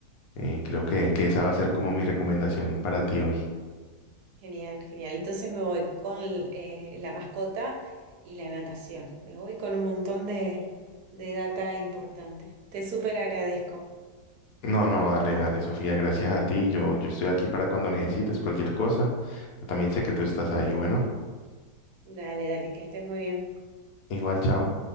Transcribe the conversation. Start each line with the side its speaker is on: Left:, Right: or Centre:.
Left: Eh, creo que, que esa va a ser como mi recomendación para ti hoy.
Right: Genial, genial. Entonces me voy con eh, la mascota y la natación. Me voy con un montón de, de data importante. Te súper agradezco.
Left: No, no, dale, dale, Sofía, gracias a ti. Yo, yo estoy aquí para cuando necesites cualquier cosa. Yo También sé que tú estás ahí. Bueno,
Right: Dale, dale, que estés muy bien.
Left: igual, chao.